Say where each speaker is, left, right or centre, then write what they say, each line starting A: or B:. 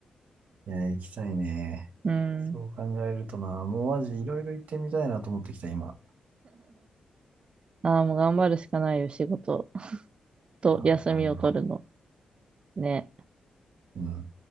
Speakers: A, on the right; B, on the right.
A: う。いや、行きたいね。
B: うん。
A: そう考えるとな、もうマジいろいろ行ってみたいなと思ってきた、今。
B: ああ、もう頑張るしかないよ、仕事と休みを取るの。
A: あー頑張ろ
B: ね。
A: う。うん。